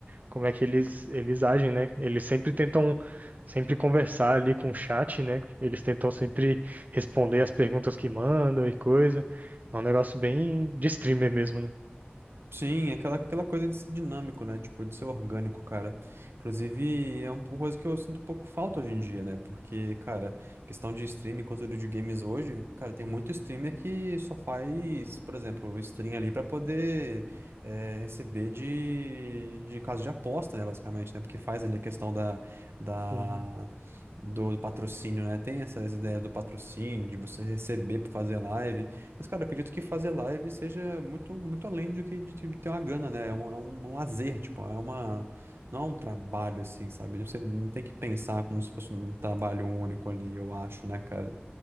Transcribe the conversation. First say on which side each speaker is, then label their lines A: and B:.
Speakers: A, on the right; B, on the right.
A: como é que eles, eles agem, né? Eles sempre tentam sempre conversar ali com o chat, né? Eles tentam sempre responder as perguntas que mandam e coisa. É um negócio bem de streamer mesmo, né?
B: Sim, é aquela, aquela coisa de ser dinâmico, né? Tipo, de ser orgânico, cara. Inclusive, é um- uma coisa que eu sinto um pouco falta hoje em dia, né? Porque, cara, questão de streaming, conteúdo de games hoje, cara, tem muito streamer que só faz, por exemplo, stream ali pra poder é, receber de, de caso de aposta, né? Basicamente, né? Porque faz ali a questão da, da,
A: Sim,
B: do, do patrocínio, né? Tem essas ideias do patrocínio, de você receber pra fazer live. Mas, cara, acredito que fazer live seja muito, muito além do que de te- ter uma grana, né? É um, é um lazer, tipo, é uma. Não é um trabalho, assim, sabe? Você não tem que pensar como se fosse um trabalho único ali, eu acho, né, cara?